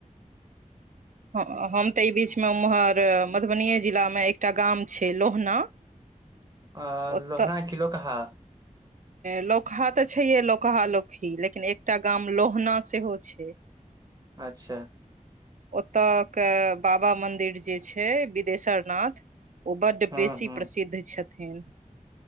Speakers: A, on the right; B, on the right.
A: ह हम तऽ एहि बीचमे उम्हर मधुबनिए जिलामे एकटा गाम छै लोहना <inaudible>
B: अ
A: ओतऽ
B: लोहना कि लोकहा
A: लौकहा तऽ छैये लौकहा लौकही लेकिन एकटा गाम लोहना सेहो छै <inaudible>
B: अच्छा
A: ओतय के बाबा मन्दिर जे छै बिदेशर नाथ ओ बड
B: हूँ
A: बेसी
B: हूँ
A: प्रसिद्ध छथिन